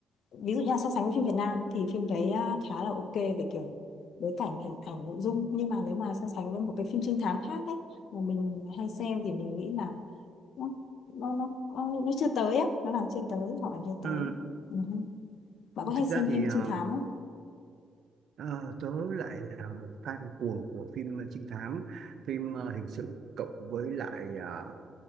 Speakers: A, on the left (about 70°); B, on the right (about 65°).
A: ví dụ như là so sánh với phim Việt Nam thì phim đấy à, khá là ok về kiểu bối cảnh hình ảnh nội dung nhưng mà nếu mà so sánh với một cái phim trinh thám khác ấy mà mình hay xem thì mình nghĩ là nó nó nó, nó nó chưa tới ấy. nó làm chưa tới họ làm chưa tới
B: ừ.
A: Ừ hứ. bạn có hay
B: thực
A: xem
B: ra thì
A: phim
B: ờ,
A: trinh thám không
B: ờ, tớ lại là một fan cuồng của phim trinh thám phim ờ, hình sự cộng với lại ờ,